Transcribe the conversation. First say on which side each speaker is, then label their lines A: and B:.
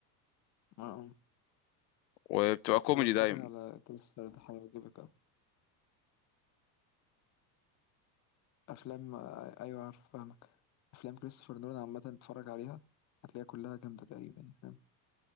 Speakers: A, on the left; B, on the left.
A: اه آه.
B: وبتبقى كوميدي
A: يبقى اتفرج
B: دايما
A: على انترستر ده هيعجبك أوي أفلام آه، أيوة عارف فاهمك أفلام كريستوفر نولان عامة اتفرج عليها هتلاقيها كلها جامدة تقريبا يعني، فاهم